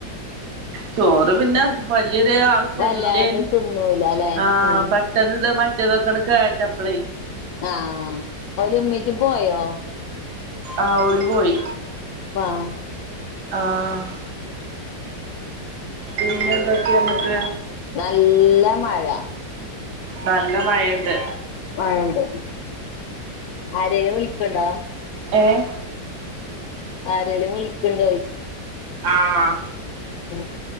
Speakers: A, on the right; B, on the left.
A: ചോറ് പിന്നെ വല്യയൊരു ആവശ്യല്ലേനു
B: വല്ലാതെ തിന്നൂലലെ
A: ആഹ്
B: ഉം
A: പ ട്ടെന്ന്ത് മറ്റേതൊക്കെന്ന് കേട്ടപ്പളെ
B: ആഹ് ആ ഓലുമ്മീറ്റ് പോയോ
A: ആ ഓല് പോയി
B: ആഹ്
A: ആഹ് പിന്നെന്തൊക്കയന്നിട്ട്
B: നല്ല മഴ
A: നല്ല മഴയ്ണ്ട്
B: മഴണ്ട് ആരേല് വിളിക്കണ്ടോ
A: ഏഹ്
B: ആരേലു വിളിക്ക്ണ്ടോയിച്ചേ
A: ആഹ്
B: ഉം